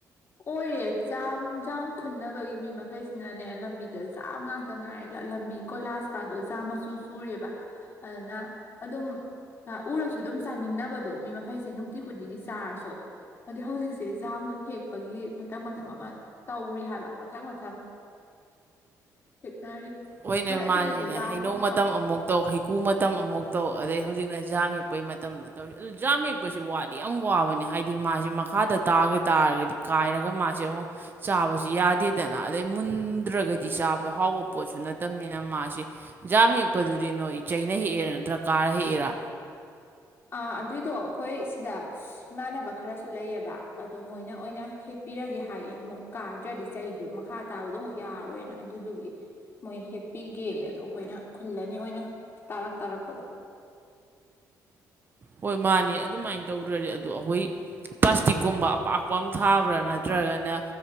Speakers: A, on the left; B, on the right.
A: ꯑꯣꯏꯔꯦ ꯖꯥꯝ ꯖꯥꯝ ꯈꯨꯟꯅꯕꯒꯤ ꯃꯤ ꯃꯈꯩꯁꯤꯅꯅꯦ ꯂꯝꯕꯤꯗ ꯖꯥꯝ ꯉꯥꯛꯇ ꯉꯥꯏꯔꯦ ꯂꯝꯕꯤ ꯀꯣꯏꯂꯥꯁ ꯀꯥꯗꯣ ꯖꯥꯝ ꯃꯆꯨ ꯆꯨꯔꯦꯕ ꯑꯗꯨꯅ ꯑꯗꯨꯝ ꯎꯔꯁꯨ ꯑꯗꯨꯝ ꯆꯥꯅꯤꯡꯅꯕꯗꯣ ꯃꯤ ꯃꯈꯩꯁꯤ ꯅꯨꯡꯇꯤ ꯈꯨꯗꯤꯡꯒꯤ ꯆꯥꯔꯁꯨ ꯑꯗꯩ ꯍꯧꯖꯤꯛꯁꯦ ꯖꯥꯝ ꯍꯦꯛ ꯄꯒꯤ ꯃꯊꯪ ꯃꯊꯪ ꯑꯃ ꯇꯧꯔꯤ ꯍꯥꯏꯕ ꯃꯊꯪ ꯃꯊꯪ ꯍꯦꯛꯅꯔꯤ
B: ꯍꯣꯏꯅꯦ
A: ꯅꯣꯏ
B: ꯃꯥꯅꯤꯅꯦ
A: ꯑꯗꯨꯗꯗꯤ ꯖꯥꯝ
B: ꯍꯩꯅꯧ
A: ꯐꯪꯗ꯭ꯔꯣ
B: ꯃꯇꯝ ꯑꯃꯨꯛ ꯇꯧ ꯍꯩꯀꯔꯨ ꯃꯇꯝ ꯑꯃꯨꯛ ꯇꯧ ꯑꯗꯩ ꯍꯧꯖꯤꯛꯅ ꯖꯥꯝ ꯍꯦꯛꯄꯩ ꯃꯇꯝ ꯑꯗꯨ ꯖꯥꯝ ꯍꯦꯛꯄꯁꯤ ꯋꯥꯗꯤ ꯌꯥꯝ ꯋꯥꯕꯅꯦ ꯍꯥꯏꯗꯤ ꯃꯥꯁꯦ ꯃꯈꯥꯗ ꯇꯥꯒ ꯇꯥꯔꯒꯗꯤ ꯀꯥꯏꯔꯒ ꯃꯥꯁꯦ ꯑꯃꯨꯛ ꯆꯥꯕꯁꯨ ꯌꯥꯗꯦꯗꯅ ꯑꯗꯩ ꯃꯨꯟꯗ꯭ꯔꯒꯗꯤ ꯆꯥꯕ ꯍꯥꯎꯕ ꯄꯣꯠꯁꯨ ꯅꯠꯇꯕꯅꯤꯅ ꯃꯥꯁꯤ ꯖꯥꯝ ꯍꯦꯛꯄꯗꯨꯗꯤ ꯅꯣꯏ ꯆꯩꯅ ꯍꯦꯛꯏꯔ ꯅꯠꯇ꯭ꯔꯒ ꯀꯥꯔ ꯍꯦꯛꯏꯔ
A: ꯑ ꯑꯗꯨꯏꯗꯣ ꯑꯩꯈꯣꯏ ꯁꯤꯗ ꯏꯃꯥꯟꯅꯕ ꯈꯔꯁꯨ ꯂꯩꯌꯦꯕ ꯑꯗ ꯃꯣꯏꯅ ꯑꯣꯏꯅ ꯍꯦꯛ ꯄꯤꯔꯒꯦ ꯍꯥꯏꯌꯦ ꯃꯣꯏ ꯀꯥꯗ꯭ꯔꯗꯤ ꯆꯩꯗꯣ ꯃꯈꯥ ꯇꯥꯕꯗꯣ ꯑꯃꯨꯛ ꯌꯥꯔꯣꯏꯅ ꯑꯗꯨꯗꯨꯒꯤ ꯃꯣꯏ ꯍꯦꯛꯄꯤꯒꯦꯌꯦ ꯑꯗꯣ ꯑꯩꯈꯣꯏꯅ ꯈꯨꯜꯂꯅꯤ ꯑꯣꯏꯅ ꯇꯥꯔꯛ ꯇꯥꯔꯛꯄꯗꯣ
B: ꯍꯣꯏ ꯃꯥꯅꯦ ꯑꯗꯨꯃꯥꯏꯅ ꯇꯧꯗ꯭ꯔꯗꯤ ꯑꯗꯨ ꯗꯣ ꯑꯩꯈꯣꯏ ꯄ꯭ꯂꯥꯁꯇꯤꯛꯀꯨꯝꯕ ꯑꯄꯥꯛꯄ ꯑꯃ ꯊꯥꯕ꯭ꯔꯥ ꯅꯠꯇ꯭ꯔꯒꯅ